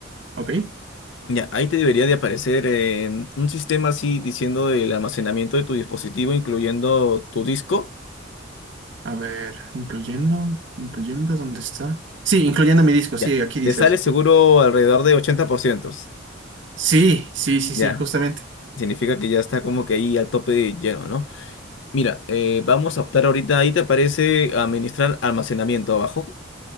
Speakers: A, on the right; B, on the left.
A: Ok,
B: Ya, ahí te debería de aparecer eh, un sistema así diciendo el almacenamiento de tu dispositivo, incluyendo tu disco.
A: a ver, incluyendo, incluyendo, ¿dónde está? Sí, incluyendo mi disco, sí,
B: Ya.
A: aquí dice
B: Te sale
A: eso.
B: seguro alrededor de 80%.
A: Sí, sí, sí,
B: Ya.
A: sí, justamente.
B: Significa que ya está como que ahí al tope de lleno, ¿no? Mira, eh, vamos a optar ahorita, ahí te aparece administrar almacenamiento abajo.